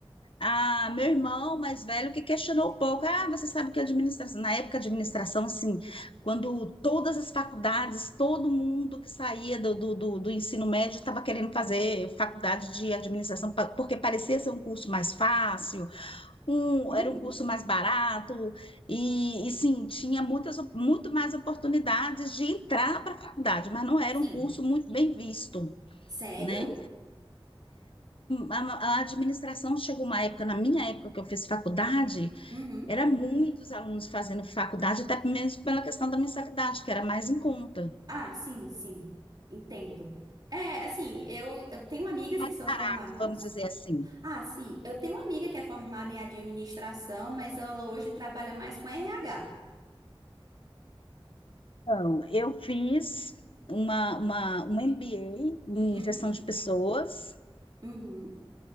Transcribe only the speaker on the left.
Ah, meu irmão mais velho que questionou um pouco, ah, você sabe que administração, na época de administração, assim, quando todas as faculdades, todo mundo que saía do, do, do, do ensino médio estava querendo fazer faculdade de administração, pa- porque parecia ser um curso mais fácil, um,
era um curso mais barato e, e sim, tinha muitas, muito mais oportunidades de entrar para a faculdade, mas não era
um curso muito bem visto.
Né? A, a administração chegou uma época, na minha época que eu fiz faculdade,
era muitos alunos fazendo faculdade, até mesmo pela questão da mensalidade, que era mais em conta,
mais
barato,
vamos dizer assim.
Então, eu fiz uma, uma, um MBA em
gestão de pessoas,